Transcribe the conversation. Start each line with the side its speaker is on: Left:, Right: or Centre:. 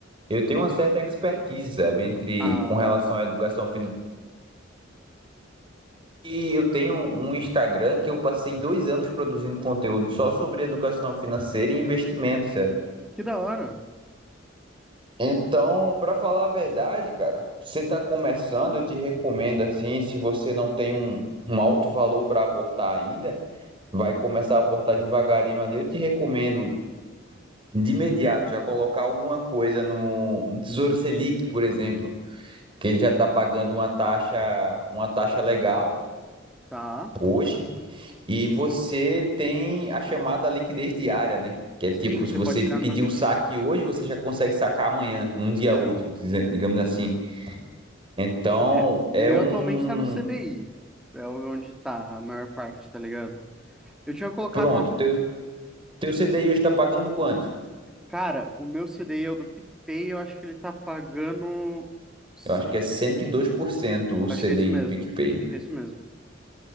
Right: eu tenho uma certa expertise, sabe, entre
Centre: Ah,
Right: com relação
Centre: da hora.
Right: à educação financeira. E eu tenho um um Instagram que eu passei dois anos produzindo conteúdo só sobre educação financeira e investimentos, sabe?
Centre: Que da hora.
Right: Então, para falar a verdade, cara, você está começando, eu te recomendo assim, se você não tem um, um alto valor para aportar ainda, vai começar a aportar devagarinho ali. Eu te recomendo de imediato já colocar alguma coisa no, no Tesouro Selic, por exemplo, que ele já está pagando
Centre: É,
Right: uma taxa, uma taxa legal
Centre: Tá.
Right: hoje, e você tem a chamada liquidez diária, né? Que é
Centre: Sim,
Right: tipo,
Centre: você
Right: se você
Centre: pode tirar
Right: pedir
Centre: no mesmo
Right: o
Centre: dia.
Right: saque hoje, você já consegue sacar amanhã, num dia
Centre: É.
Right: útil, dize- digamos assim. Então,
Centre: É,
Right: é
Centre: o meu
Right: um.
Centre: atualmente tá no C D I. É onde tá a maior parte, tá ligado? Eu tinha colocado
Right: Pronto,
Centre: uma.
Right: teu, teu CDI hoje está pagando quanto?
Centre: Cara, o meu C D I é o do PicPay, eu acho que ele tá pagando. Sim.
Right: Eu acho que é 102% o
Centre: Acho
Right: CDI
Centre: que é isso mesmo.
Right: do PicPay.
Centre: Acho que é isso mesmo.